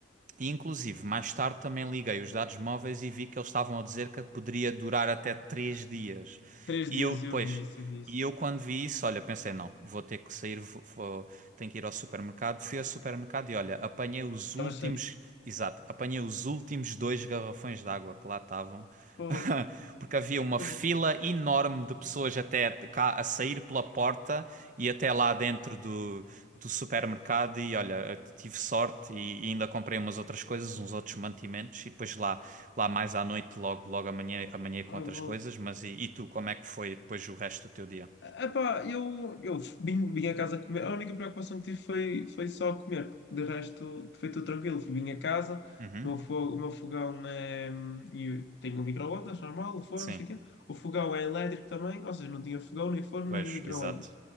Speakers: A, on the right (about 40°); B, on the left (about 65°).
A: E inclusive, mais tarde também liguei os dados móveis e vi que eles estavam a dizer que poderia durar até três dias.
B: Três
A: E
B: dias
A: eu,
B: eu
A: pois,
B: vi isso, eu vi isso.
A: e eu quando vi isso, olha, pensei, não, vou ter que sair, vou, vou- tenho que ir ao supermercado. Fui ao supermercado e olha, apanhei os
B: Estava
A: últimos,
B: cheio.
A: exato, apanhei os últimos dois garrafões de água que lá estavam.
B: Porra.
A: <laughs> Porque havia uma
B: Hum,
A: fila enorme de pessoas até cá a sair pela porta e até lá dentro do do supermercado e olha, tive sorte e, e ainda comprei umas outras coisas, uns outros mantimentos e depois lá, lá mais à noite, logo, logo amanhã, amanhã com
B: Logo
A: outras
B: volto.
A: coisas. Mas e, e tu, como é que foi depois o resto do teu dia?
B: Epá, eu, eu vim, vim a casa comer. A única preocupação que tive foi, foi só comer. De resto, foi tudo tranquilo. Vim a casa,
A: Uhum,
B: o meu, fo- o meu fogão é. e Tenho um micro-ondas normal, o forno,
A: sim,
B: não sei o quê. O fogão é elétrico também, ou seja, não tinha fogão, nem forno,
A: pois,
B: nem micro-ondas.
A: exato.